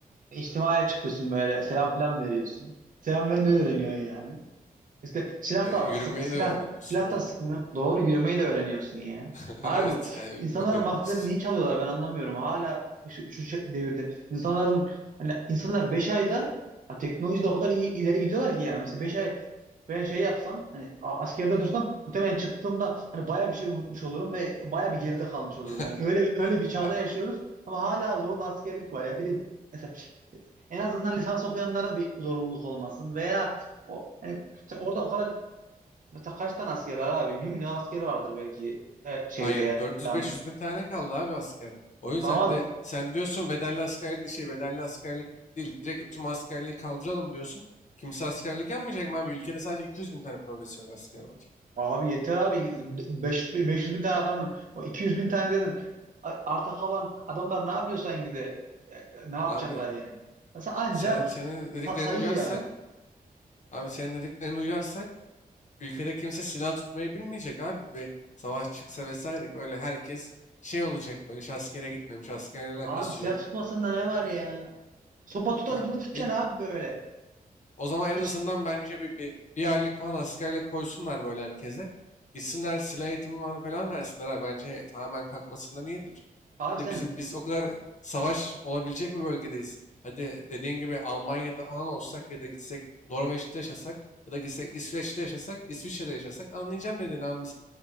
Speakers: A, on the right; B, on the left.
A: İçtimaya çıkıyorsun böyle. Selam falan veriyorsun. Selam vermeyi öğreniyorsun yani. İşte silah
B: E, yürümeyi
A: da sık silah
B: de öğreniyorsun
A: silah
B: abi.
A: da sıkmıyor. Doğru yürümeyi de öğreniyorsun yani.
B: <laughs>
A: Abi
B: Evet yani
A: insanların
B: yürümeyi de öğreniyorsun.
A: vaktilerini niye çalıyorlar ben anlamıyorum. Hala şu, şu şey- devirde insanların hani insanlar beş ayda ha, teknolojide o kadar iyi ileri gidiyorlar ki yani. Mesela 5 ay ben şey yapsam hani a- askerde dursam muhtemelen çıktığımda hani baya bir şey unutmuş olurum ve baya bir geride kalmış
B: <laughs>
A: olurum yani. Öyle öyle bir çağda
B: Ha,
A: yaşıyoruz ama hala zorunlu askerlik var ya. Bir de mesela en azından lisans okuyanlara bir zorunluluk olmasın veya o hani Mesela orada o kadar Mesela kaç tane asker var abi? Bir milyon asker vardır belki e, şeyde
B: Hayır
A: yani.
B: 400-500
A: Yani.
B: bin tane kaldı abi asker. O yüzden
A: Ama abi,
B: bir de sen diyorsun bedelli askerlik şey bedelli askerlik değil direkt tüm askerliği kaldıralım diyorsun. Kimse askerlik yapmayacak mı abi? Ülkede sadece 200 bin tane profesyonel asker var.
A: abi yeter abi. 500, bin- 500 bin tane adamı, o 200 bin tane dedin. A- Arta kalan adamlar ne yapıyorsan gide e, e, ne yapacaklar
B: Abi
A: yani? Mesela anca
B: sen, senin dediklerine
A: sa- sayı
B: uyarsak
A: yani.
B: abi senin dediklerine uyarsak ülkede kimse silah tutmayı bilmeyecek abi. Bir savaş çıksa vesaire böyle herkes şey olacak böyle hiç askere gitmemiş askerle alakası
A: Abi silah
B: yok.
A: tutmasında ne var
B: E,
A: ya? Sopa tutar
B: Ha,
A: gibi tutacaksın
B: bilm-
A: abi böyle.
B: o zaman en
A: Hiç
B: azından bence bir, bir, bir aylık falan askerlik koysunlar böyle herkese. Gitsinler silah eğitimi falan falan versinler. Abi. Bence he- tamamen kalkmasından iyidir.
A: abi sen
B: De bizim biz o kadar savaş olabilecek bir bölgedeyiz. Hadi dediğin gibi Almanya'da falan olsak ya da gitsek Norveç'te yaşasak ya da gitsek İsveç'te yaşasak, İsviçre'de yaşasak anlayacağım dediğin ama biz